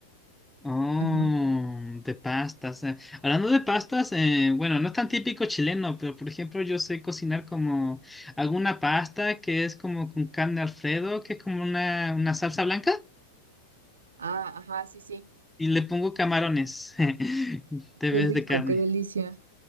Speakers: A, in the centre; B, on the right.
A: Oh,
B: Ajá.
A: de pastas. eh. Hablando de pastas, eh, bueno, no es tan típico chileno, pero por ejemplo yo sé cocinar como alguna pasta que es como con carne Alfredo, que es como una, una salsa blanca
B: Ah, ajá, sí, sí.
A: y le pongo camarones <laughs> te
B: Qué
A: ves
B: rico,
A: de carne.
B: qué delicia.